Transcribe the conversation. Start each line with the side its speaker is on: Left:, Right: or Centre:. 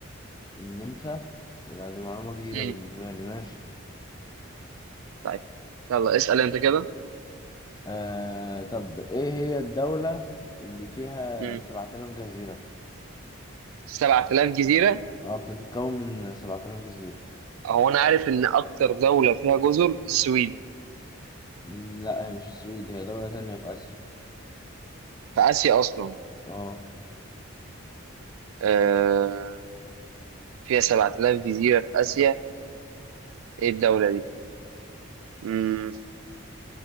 Left: النمسا؟ لا دي معلومة جديدة
Right: مم.
Left: بالنسبة لي ماشي
Right: طيب يلا اسأل انت كده
Left: آه طب إيه هي الدولة اللي فيها
Right: امم
Left: 7000 جزيرة؟
Right: 7000 جزيرة
Left: أه بتتكون من 7000 جزيرة
Right: هو انا عارف ان اكتر دولة فيها جزر السويد
Left: مم، لا هي مش السويد هي دولة تانية في آسيا
Right: في اسيا اصلا
Left: أه
Right: آه فيها 7000 جزيرة في اسيا ايه الدولة دي امم